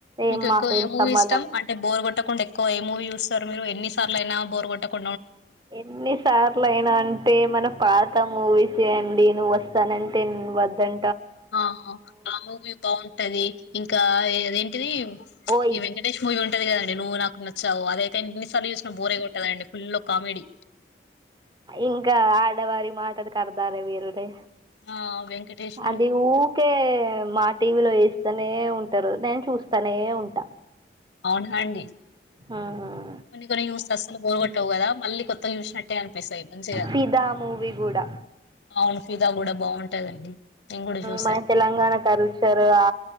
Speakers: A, on the right; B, on the left.
A: ఏం
B: మీకు
A: మాకేం
B: ఎక్కువ ఏ మూవీ
A: సంబంధం
B: ఇష్టం, అంటే బోర్ కొట్టకుండా ఎక్కువ ఏ మూవీ చూస్తారు మీరు ఎన్ని సార్లైనా బోర్ కొట్టకు
A: ఎన్నిసార్లు అయినా అంటే మన పాత నా మూవీసే అండి నువ్వు వస్తానంటే నేను వద్దం
B: ఆ ఆ <inaudible> ఉంటది ఇంకా అదేంటిది
A: ఓయ్
B: ఈ వెంకటేష్ మూవీ ఉం అది కదండీ నువ్వు నాకు నచ్చావు అదే ఎన్నిసార్లు చూసిన బోరే కొట్టదండి ఫుల్ కామెడి
A: ఇంకా ఆడవారి మాటలకు అర్థాలే వేరులే
B: ఆ వెంకటేష్
A: అది ఊకే మాట్ టీవీలో వేస్తానే ఉంటారు నేను చూస్తానే ఉంటా
B: అవునా అండి
A: ఆహా
B: కొన్ని కొన్ని చూస్తే అస్సలు బోర్ గొట్టవు కదా మళ్ళీ కొత్తగా చూసినట్టే అనిపిస్తాయి మంచిగా
A: ఫిదా మూవీ కూడా
B: అవును ఫిదా కూడా బాగుంటదండి నేను కూడా చూసా
A: మన తెలంగాణ కల్చర్వో